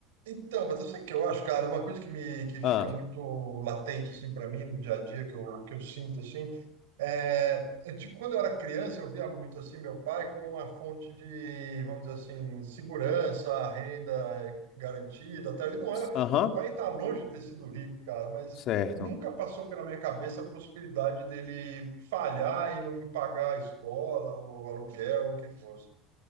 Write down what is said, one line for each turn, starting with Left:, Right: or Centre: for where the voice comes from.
Right: então, mas eu sei que eu acho, cara, uma coisa que me que fica
Left: Ah,
Right: muito latente assim para mim no dia a dia que eu, que eu sinto assim, É, é tipo, quando eu era criança, eu via muito assim meu pai como uma fonte de, vamos dizer assim, segurança, renda garantida. Até ele não era.
Left: aham,
Right: Meu pai está longe de ter sido rico, cara, mas
Left: certo.
Right: nunca passou pela minha cabeça a possibilidade dele falhar e não me pagar a escola, o aluguel, o que fosse.